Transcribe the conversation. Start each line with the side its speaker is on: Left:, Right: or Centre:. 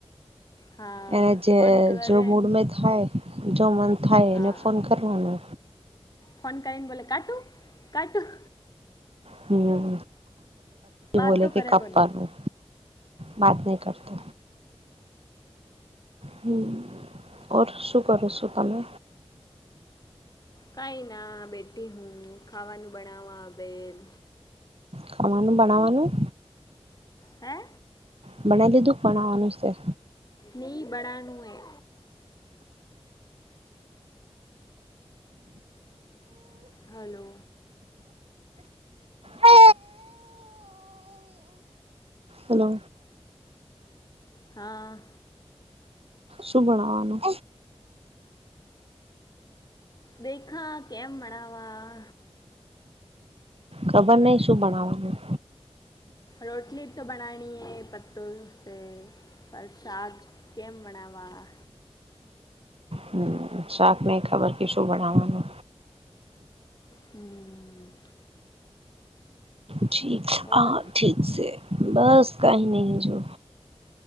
Left: હા
Right: એને જે
Left: ફોન કરે
Right: જો મૂડમાં
Left: ને-
Right: થાય જો મન થાય
Left: હા
Right: એને ફોન કરવાનો
Left: ફોન કરે ને બોલે કાટું કાટું
Right: હમ
Left: વાત
Right: બોલે
Left: તો
Right: કે
Left: કરે
Right: કબ
Left: કોને
Right: કરું વાત નહી કરતો હ ઓર શું કરો છો તમે.
Left: કઈ ના બેઠી હું ખાવાનું બડાવા બેલ.
Right: ખાવાનું બનાવાનું.
Left: હે.
Right: બનાયે દિધું બનાવાનું છે.
Left: ની બનાડ નુ હૈ. હલો.
Right: હે? હેલો
Left: હા.
Right: શું બણવાનું
Left: દેખા કેમ બડાવા.
Right: ખબર નહિ શું બનાવવાનું.
Left: રોટલી તો બનાની હે પત્તુ છે. પ્રસાદ કેમ બનાાવવા.
Right: હમ શાક નહી ખબર કે શું ભણાવવાનું.
Left: હમ.
Right: ઠીક હા
Left: ઓર
Right: ઠીક છે બસ કાઈ નહીં હ જો.